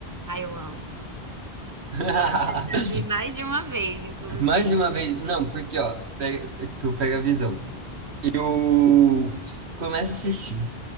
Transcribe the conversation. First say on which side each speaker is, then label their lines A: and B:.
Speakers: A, on the right; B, on the right.
A: Ai, eu amo.
B: <laughs>
A: Já vi mais de uma vez, inclusive.
B: Mais de uma vez, não, porque ó, pega, é, tipo, pega a visão. Eu começo a assistir,